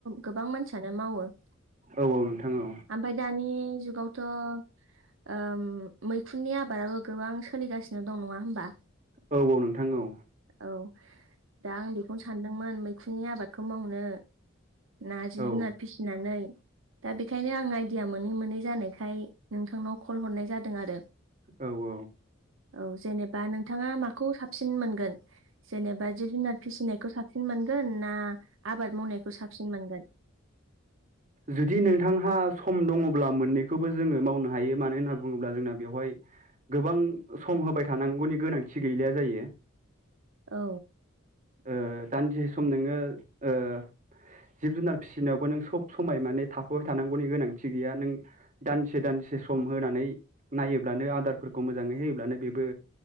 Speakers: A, on the right; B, on the right.
A: गोबां मानसियानो माव ओमफफ्राय
B: औ नोंथां औ
A: दानि जुगावथ' ओ मैखुननि आबादाबो गोबां सोलिगासिनो दं नङा होमबा?
B: औ औ नोंथां औ।
A: औ दा आं बेखौनो सानदोंमोन मैखुननि आबादखौ मावनो ना जि
B: औ
A: जुनार फिसिनानै दा बेखायनो आं आइडिया मोनै मोनै जानायखाय नोंथांनाव कल हरनाय जादों आरो।
B: औ औ।
A: औ जेनेबा नोंथाङा माखौ साबसिन मोनगोन जेनेबा जिब जुनार फिसिनायखौ साब सिन मोनगोन ना आबाद मावनायखौ साबसिन मोनगोन?
B: जुदि नोंथांहा सम दङब्ला मोननैखोबो जोङो मावनो हायो मानो होनना बुङोब्ला जोंना बेवहाय गोबां सम होबाय थानांगौनि गोनांथि गैलाया जायो।
A: औ
B: ओ दान्दिसे सम नोङो ओ जिब जुनार फिसिनायावबो नों सब समाय माने थाफाबाय थानांगौनि गोनांथि गैया नों दानदिसे दानदिसे सम होनानै नायोब्ला नो आदारफोरखौ मोजाङै होयोब्लानो बेबो